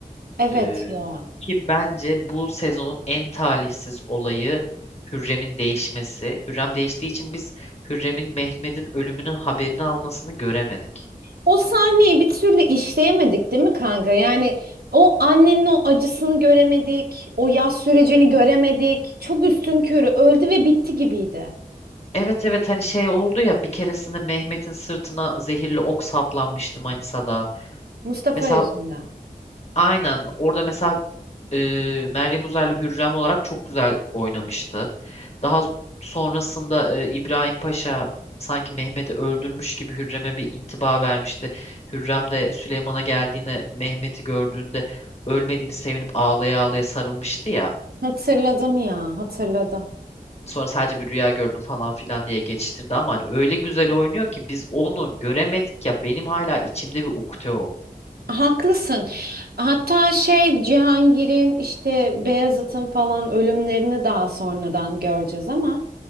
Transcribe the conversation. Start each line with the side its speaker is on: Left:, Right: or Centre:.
Right: Evet
Left: Ee,
Right: ya.
Left: ki bence bu sezonun en talihsiz olayı Hürrem'in değişmesi. Hürrem değiştiği için biz Hürrem'in Mehmet'in ölümünün haberini almasını göremedik.
Right: O sahneyi bir türlü işleyemedik değil mi kanka? Yani o annenin o acısını göremedik, o yas sürecini göremedik. Çok üstünkörü öldü ve bitti gibiydi.
Left: Evet evet hani şey oldu ya bir keresinde Mehmet'in sırtına zehirli ok saplanmıştı Manisa'da.
Right: Mustafa
Left: Mesela
Right: yüzünden.
Left: aynen orada mesela e, Meryem Uzerli Hürrem olarak çok güzel oynamıştı. Daha sonrasında e, İbrahim Paşa sanki Mehmet'i öldürmüş gibi Hürrem'e bir intiba vermişti. Hürrem de Süleyman'a geldiğinde Mehmet'i gördüğünde ölmediğini sevinip ağlaya ağlaya sarılmıştı ya.
Right: Hatırladım ya, hatırladım.
Left: Sonra sadece bir rüya gördüm falan filan diye geçiştirdi ama hani öyle güzel oynuyor ki biz onu göremedik ya benim hala içimde bir ukde o.
Right: Haklısın. Hatta şey Cihangir'in işte Beyazıt'ın falan ölümlerini daha sonradan göreceğiz ama